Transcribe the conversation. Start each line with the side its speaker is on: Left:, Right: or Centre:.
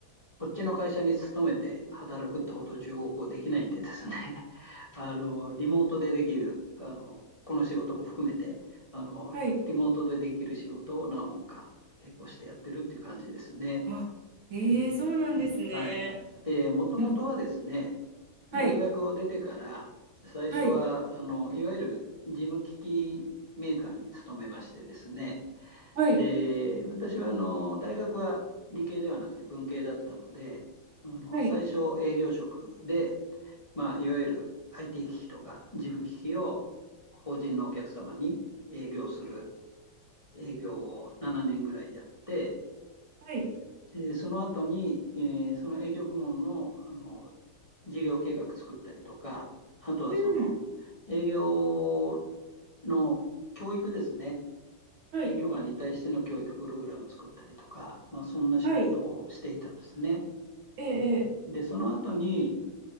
Left: こっちの会社に勤めて働くってほど中国語できないんでですね、<laughs> あの、リモートでできる、あの、この仕事も含めて、あの、
Right: はい。
Left: リモートでできる仕事を何本か並行してやってるっていう感じですね。
Right: あ、ええそうなんですね。
Left: うん。はい。で、もともとはですね、
Right: うん。はい。
Left: 大学を出てから、最初は、
Right: はい。
Left: あの、いわゆる事務機器メーカーに勤めましてですね、
Right: はい。
Left: で、私はあの大学は理系ではなくて文系だったので、あの最初営業職で、
Right: はい。
Left: まあ、いわゆる IT 機器とか事務機器を法人のお客様に営業する営業を7年ぐらいやって、
Right: はい。
Left: でその後に、えーその営業部門の、あの事業計画作ったりとか、あとはその営業
Right: うん。
Left: の教育ですね。
Right: はい。
Left: 営業マンに対しての教育プログラムを作ったりとか、まあ、そんな仕事をしていたんですね。
Right: はい。ええええ
Left: で、その後に、